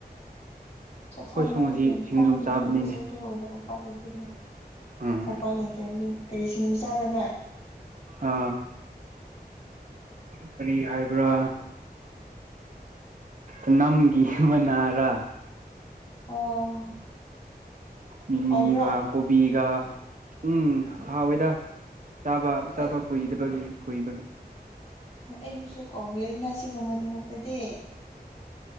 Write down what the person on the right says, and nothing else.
ꯑꯩꯈꯣꯏꯁꯨ ꯉꯁꯤ
ꯁꯤꯡꯖꯨ
ꯆꯥꯕꯅꯤꯅꯦ
ꯎꯝ
ꯑ ꯀꯔꯤ ꯍꯥꯏꯕ꯭ꯔꯥ ꯎꯅꯝꯒꯤ ꯃꯅꯥꯔ
ꯃꯤꯃꯤꯒ
ꯀꯣꯕꯤꯒ ꯎꯝ ꯍꯥꯎꯋꯦꯗ ꯆꯥꯕ ꯆꯥꯕ
ꯀꯨꯏꯗꯕꯒꯤ ꯀꯨꯏꯕꯒꯤ